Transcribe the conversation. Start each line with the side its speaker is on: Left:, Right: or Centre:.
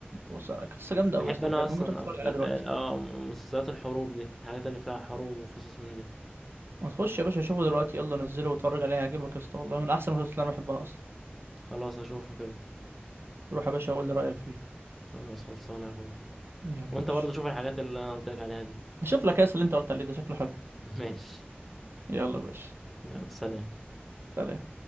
Right: بص قصة جامدة
Centre: بحب
Right: أوي يا اسطى
Centre: انا
Right: بجد
Centre: اصلا
Right: ممكن تروح تتفرج
Centre: أف...
Right: عليها
Centre: أف...
Right: دلوقتي
Centre: اه مسلسلات الحروب دي الحاجات اللي فيها حروب وقصص من دي
Right: ما تخش يا باشا شوفه دلوقتي يلا نزله واتفرج عليه هيعجبك يا اسطى والله من أحسن المسلسلات اللي أنا بحبها أصلا
Centre: خلاص اشوفه كده
Right: روح يا باشا قول لي رأيك فيه
Centre: خلاص خلصانه يا اخويا
Right: يلا يا باشا
Centre: وانت برضه شوف الحاجات اللي انا قلت لك عليها دي
Right: هشوف لك كاس اللي انت قلت عليه ده شكله حلو
Centre: <laughs> ماشي
Right: يلا يا باشا
Centre: يلا سلام
Right: سلام